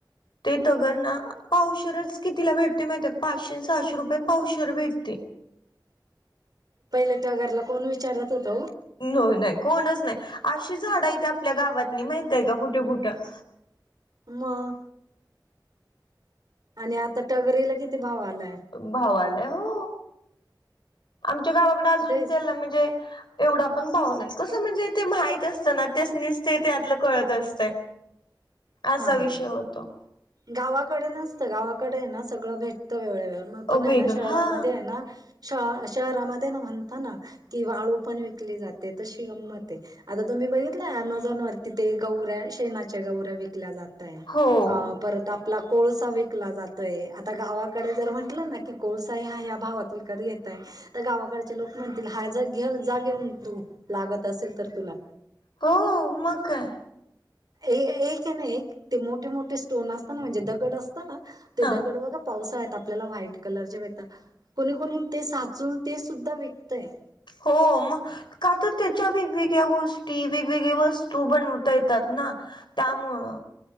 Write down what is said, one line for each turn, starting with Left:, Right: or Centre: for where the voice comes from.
Left: ते तगर ना. कितीला भेटते माहित पाचशे सहाशे रुपये पावशर भेटते
Right: पहिले तगरला कोण विचारत? होत
Left: हो नाही कोणच नाही अशी झाडं इथे आपल्या गावात नाही माहितय का कुठं कुठं
Right: मग आणि आता टगरीला किती? भाव आलाय
Left: भावालाय हो आमच्या गावाकडे अजून
Right: तेच
Left: त्याला म्हणजे एवढा पण भाव नाही कसं म्हणजे ते माहित असतना तेचनीच ते तेतलं कळत असतं असा
Right: हा
Left: विषय होतो
Right: गावाकडे नसतं गावाकडे ना सगळं भेटतं वेळ वेळ पण आहे
Left: वेग
Right: ना शहरामध्ये
Left: हा
Right: आहे ना श शहरामध्ये ना म्हणता ना ती वाळू पण विकली जाते तशी गंमत आहे आता तुम्ही बघितलं अमेझॉन वरती ते गौऱ्या शेनाच्या गौऱ्या विक विकल्या जातंय
Left: हो.
Right: परत आपला कोळसा विकला जातय आता गावाकडे जर म्हंटलं ना की कोळसा हा ह्या भावात विक कध घेतय तर गावाकडचे लोक म्हणतील हाय घे जा घेऊन तू लागत असेल तर तुला
Left: हो मग काय
Right: एक आहे ना एक ते मोठे मोठे स्टोन असत ना म्हणजे दगड असत ना तेदा
Left: हा
Right: कडवा पावसाळ येत आपल्याला व्हाईट कलरचे भेटतात कोणी कोणी ते साचून ते सुद्धा विकतय
Left: होम का तर त्याच्या वेगवेगळ्या गोष्टी वेगवेगळ्या वस्तू बनवता येतात ना तामोळ